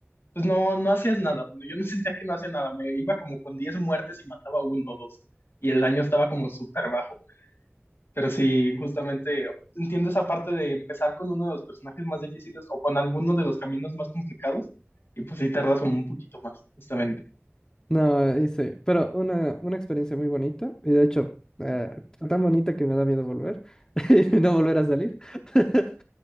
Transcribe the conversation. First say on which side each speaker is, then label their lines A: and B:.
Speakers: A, on the left (about 60°); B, on the left (about 15°).
A: pues no, no hacías nada. Bueno, yo no sentía que no hacía nada, me iba como con 10 muertes y mataba uno o dos. Y el daño estaba como súper bajo. Pero sí, justamente entiendo esa parte de empezar con uno de los personajes más difíciles o con alguno de los caminos más complicados y pues sí tardas como un poquito más, justamente.
B: No, hice, pero una, una experiencia muy bonita, y de hecho, eh, fue tan bonita que me da miedo volver, <laughs> y no volver a salir. <laughs>